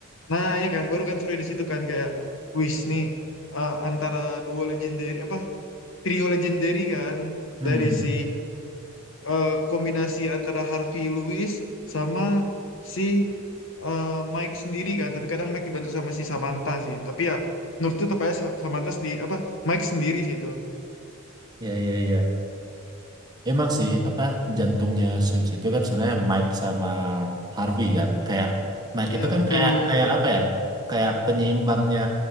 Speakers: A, on the left (about 60°); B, on the right (about 20°).
A: nah ya kan baru kan serunya di situ kan kayak wis nih eh, antara duo legendary apa trio legendary kan
B: Hmm,
A: dari si eh, kombinasi antara Harvey Lewis sama si eh, Mike sendiri kan tapi kadang Mike dibantu sama si Samantha sih tapi ya menurutku tepatnya Sa- Samantha sendiri apa Mike sendiri sih itu
B: ya ya ya. Emang sih apa jantungnya Suits itu kan sebenarnya Mike sama Harvey kan. Kayak Mike
A: iya
B: itu kan
A: betul
B: kayak kayak apa ya? Kayak penyeimbangnya